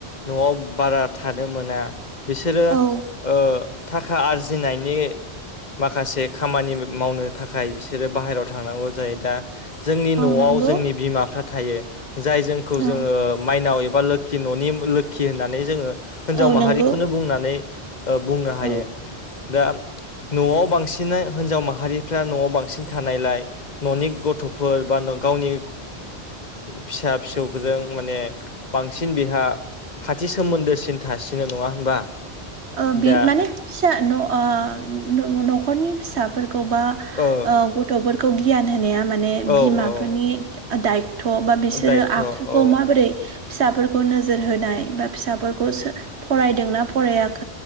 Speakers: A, on the left; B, on the right.
A: न'आव बारा थानो मोना बिसोरो
B: औ
A: ओ थाखा आरजिनायनि माखासे खामानि मावनो थाखाय बिसोरो बाहेरायाव थांनांगौ जायो दा जोंनि
B: औ
A: न'आव
B: नंगौ
A: जोंनि बिमाफ्रा थायो जाय जोंखौ
B: औ
A: जोङो माइनाव एबा लो खिन'नि लोखि होननानै जोङो हिनजाव
B: औ
A: माहारिखौनो
B: नंगौ
A: बुंनानै बुंनो हायो
B: औ
A: दा न'आव बांसिन हिनजाव माहारिफ्रा न'आव बांसिन थानायलाय न'नि गथ'फोर बा गावनि फिसा फिसौ फोरजों माने बांसिन बेहा खाथि सोमोन्दोसिन थासिनो नङा होनबा
B: ओ बे
A: दा
B: माने फिसा न'खरनि फिसाफोरखौबा
A: औ
B: ओ गथ'फोरखौ गियान होनाया मा माने
A: औ
B: बिमाफोरनि
A: औ
B: दायथ' बा बिसोरो
A: दायथ'
B: आखुखौ
A: औ
B: माबोरै फिसाफोरखौ नोजोर होनाय बा फिसाफोरखौ फरायदोंना फरायाखै